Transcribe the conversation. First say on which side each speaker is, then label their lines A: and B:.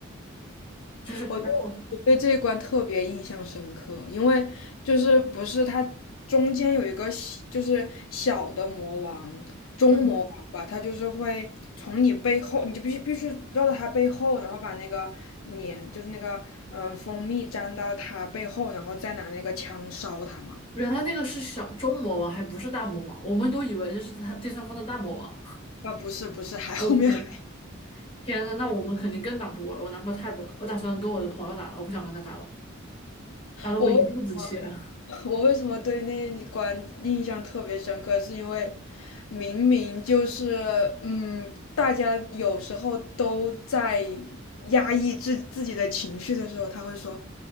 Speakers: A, on the left (about 25°); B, on the left (about 75°).
A: 就是然后
B: 我对我对这一关特别印象深刻，因为就是不是它中间有一个小就是小的魔王，中魔王吧，
A: 嗯，
B: 他就是会从你背后，你就必须必须绕到他背后，然后把那个粘就是那个嗯蜂蜜粘到他背后，然后再拿那个枪烧他嘛。
A: 原来那个是小中魔王，还不是大魔王，我们都以为这是他第三方的大魔王。
B: 啊，不是不是，还
A: 哦天，
B: <laughs> 后面还。
A: 天呐，那我们肯定更打不过了，我男朋友太笨了，我打算跟我的朋友打了，我不想跟他打了，打得我一肚子气。
B: 我为
A: <laughs>
B: <laughs> 我为什么对那关印象特别深刻？是因为明明就是，嗯，大家有时候都在压抑自自己的情绪的时候，他会说：